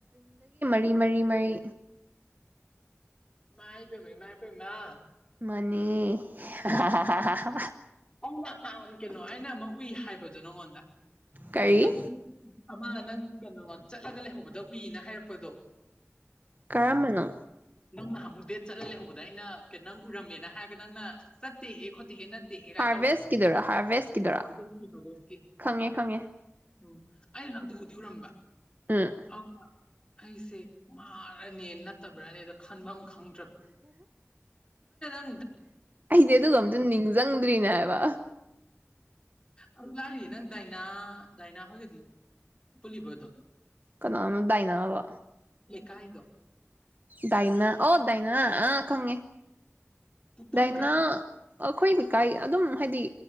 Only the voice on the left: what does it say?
ꯏꯃꯥꯏꯄꯦꯝꯃ ꯏꯃꯥꯏꯄꯦꯝꯃ
ꯑꯧ ꯌꯥꯝ ꯄꯥꯝ ꯀꯩꯅꯣ ꯑꯩꯅ ꯑꯃ ꯎꯏ ꯍꯥꯏꯕꯗꯣ ꯅꯪꯉꯣꯟꯗ
ꯑꯗꯨ ꯑꯃ ꯅꯪ ꯀꯩꯅꯣ ꯆꯠꯂꯒ ꯂꯩꯍꯧꯕꯗ ꯎꯏꯌꯦꯅ ꯍꯥꯏꯔꯛꯄꯗꯣ
ꯅꯪ ꯉꯍꯥꯃꯨꯛ ꯗꯦꯠ ꯆꯠꯂ ꯂꯩꯍꯧꯕꯗ ꯑꯩꯅ ꯀꯩꯅ ꯅꯪ ꯎꯔꯝꯃꯦꯅ ꯍꯥꯏꯔꯒ ꯅꯪꯅ ꯆꯠꯇꯦꯍꯦ ꯈꯣꯠꯇꯦꯍꯦ ꯅꯠ ꯇꯦꯅ
ꯇꯧꯔꯛꯄꯗꯣ
<unintelligible>
ꯑꯩꯅ ꯅꯪꯗꯣ ꯎꯗꯤ ꯎꯔꯝꯕ
ꯑ ꯑꯩꯁꯦ ꯃꯥꯔꯅꯦ ꯅꯠꯇꯕ꯭ꯔꯅꯦꯗꯣ ꯈꯥꯟꯕꯝ ꯈꯪ ꯈꯪꯗꯔꯕ <unintelligible>
ꯑꯗꯨ ꯂꯥꯏꯔꯤ ꯅꯪ ꯗꯥꯏꯅꯥ ꯗꯥꯏꯅꯥ ꯍꯣꯏꯒꯗꯤ ꯄꯨꯜꯂꯤꯕꯣ ꯑꯗꯨꯝ
ꯀꯥꯏꯗꯣ
ꯄꯨꯟꯗ꯭ꯔꯥ